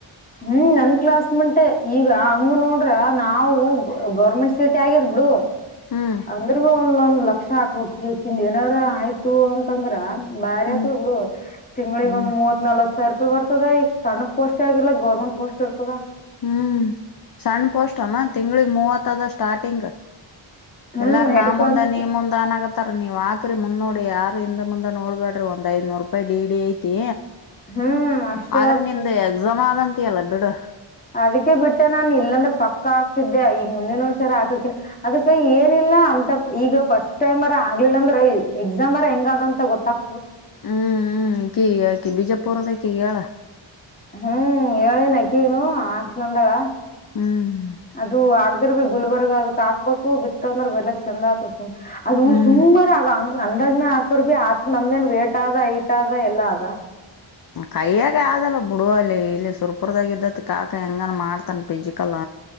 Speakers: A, on the left; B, on the left.
A: ಹ್ಮ್ ನ ಕ್ಲಾಸ್ ಮೆಂಟ್ ಈಗ ಹಂಗ ನೋಡ್ರ ನಾವು ಗೌರ್ಮೆಂಟ್ ಸೀಟ್ ಆಗಿದ್ ಬಿಡು
B: ಹ್ಮ್
A: ಅಂದ್ರ ಭವನ್ಲ್ಲಲ್ಲ ಲಕ್ಷ ಹಾಕ್ಬೇಕಕ್ ಕಿಿಂದ ಏನಾರ ಆಯ್ತು ಅಂತಂದ್ರ ಬಾರತ
B: ಹ್ಮ್
A: ಬಿಡುುವ ತಿಂಗಳಿಗೆಗ
B: ಹ್ಮ್
A: ಒಂದು ಮೂವತ್ ನಲ್ವತ್ ಸಾವರ ರೂಪಾಯಿ ಬರ್ದ ಈ ಸಣ್ಣ ಪೋಸ್ಟ್ ಆಗಿಿಲ್ಲ ಗವರ್ಮೆಂಟ್ ಪೋಸ್ಟ್ ಇರ್ತದ
B: ಹ್ಮ್ ಸಣ್ಣ ಪೋಷ್ಟನಾ ತಿಂಗಳಿಗೆ ಮೂವತ್ತ ಆದಷ್ಟ ಸ್ಟಾರಟಿಂಗ್
A: ಹ್ಮ್
B: ಎಲ್ಲಾರ
A: ಹೆಡ್
B: ನಾ ಮುಂದ
A: ಕಾನ್ಸ್ಟ್
B: ನೀ ಮುಂದ ಅನ್ಗತ್ತಾರ ನೀ ಆಕ್ರಿ ಮುಂದ್ ನೋಡಿ ಯಾರ ಅವ ಯಿಂದ ಮುಂದ ನೋಡ್ಬೇಡ್ರಿ ಒಂದ್ ಐ್ನೂರ್ ರೂಪಾಯಿ ಡಿ ಡಿ ಐತಿ
A: ಹ್ಮ್ ಅಷ್ಟೇ
B: ಆದ್ರೆ
A: ಅದ
B: ನಿಮ್ದು ಎಕ್ಸಾಮ್ ಆದಂತ ಅಲ್ಲ ಬಿಡು
A: ಅದಕ್ಕೆ ಬಿಟ್ಟೆ ನಾನ್ ಇಲ್ಲಂದ್ರ ಪಕ್ಕ ಆಗ್ತಿದ್ದೆ ಈಗ ಮುಂದಿನ ವರ್ಷರ ಹಾಕಕ ಅದಕೈ ಏನಿಲ್ಲ ಅಂತ ಈಗ ಫಸ್ಟ್ ಟೈಮ್ ಅರ ಆಗ್ಲಿಲ್ಲ ಅಂದ್ರ ಎಕ್ಸಾಮ್ರ ಹೆಂಗ ಅದ ಅಂತ ಗೊತ್ತಾಗ
B: ಹ್ಮ್ ಹ್ಮ್ ಬಿಜೆಪುರದೇಕ ಹೇಳಳ
A: ಹ್ಮ್ ಹೇಳಿ ನಕಿಗನು ಆಕ್ ನಂದಾಳ
B: ಹ್ಮ್
A: ಅದು ಆಗ್ದಿರ್ ಭ ಗುಲ್ಬರ್ಗ ಅದಕ್ ಹಾಕ್ಬೇಕು ಬಿತ್ತ ಅಂದ್ರ ಬರ್ಲಕ್ ಚಂದ ಆತ ಅದು
B: ಹ್ಮ್
A: ಸುಂಬರ ಅಂಗ ಅಂದಾಜ್ಮೇ ಹಾಕರ್ ಬಿ ಆತ ನಮ್ದೇನ್ ವೇಟ್ ಆದ ಐಟ್ ಆದದ ಎಲ್ಲ ಅದ
B: ಕೈಯ್ಯಾಗ ಆಗಲ್ಲ ಬಿಡುವಲ್ಲೆ ಇಲ್ಲಿ ಸುರ್ಪುರ್ದಾಗ ಇದ್ದತ್ ಕಾಕ ಹೆಂಗಾನ ಮಾಡ್ತಾನ ಪಿಜಿಕಲ್